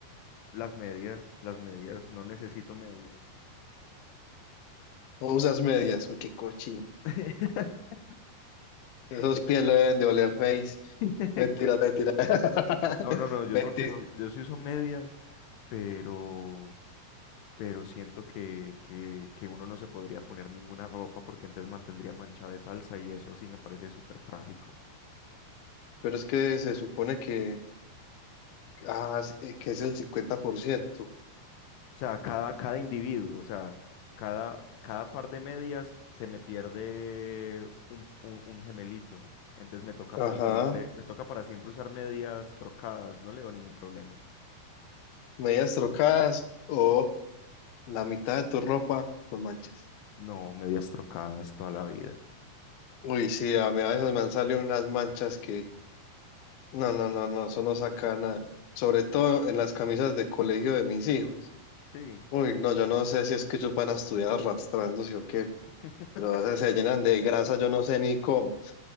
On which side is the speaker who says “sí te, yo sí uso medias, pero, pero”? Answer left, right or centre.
Left